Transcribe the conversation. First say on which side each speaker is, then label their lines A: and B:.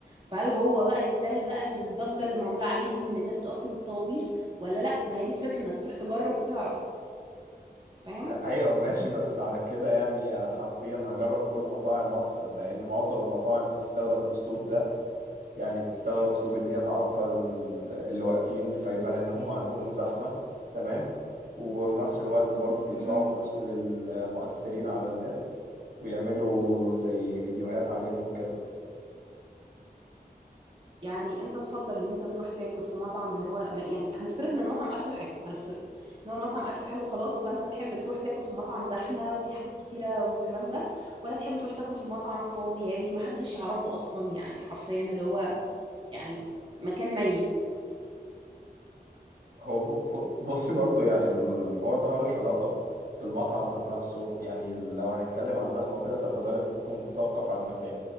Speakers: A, on the right; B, on the right.
A: فهل هو بقى يستاهل بقى الضجة اللي معمولة عليه دي وان الناس تقف له بالطوابير ولا لا ما هي دي الفكرة انك تروح تجرب وتعرف فاهم
B: <laughs> ايوه ماشي بس على كده يعني حرفيا هجرب كل مطاعم مصر لان معظم المطاعم بتستخدم الاسلوب ده يعني بتستخدم اسلوب ان هي تعطل اللي واقفين فيبان ان هم عندهم زحمة تمام وفي نفس الوقت برضو بيدفعوا
A: مهم.
B: فلوس للمؤثرين على النت ويعملوا زي فيديوهات عليهم وكده
A: يعني انت تفضل ان انت تروح تاكل في مطعم من رواق يعني هنفترض ان المطعم اكله حلو هنفترض ان هو المطعم اكله حلو خلاص فانت تحب تروح تاكل في مطعم زحمه وفي حاجات كتيره والكلام ده ولا تحب تروح تاكل في مطعم فاضي هادي ما حدش يعرفه اصلا يعني حرفيا اللي هو يعني مكان ميت
B: هو ب- ب- بصي برضو يعني الحوار ده ملوش علاقة بالمطعم ذات نفسه يعني لو هنتكلم على الزحمة وكده ففي الغالب بتكون بتتوقف على المكان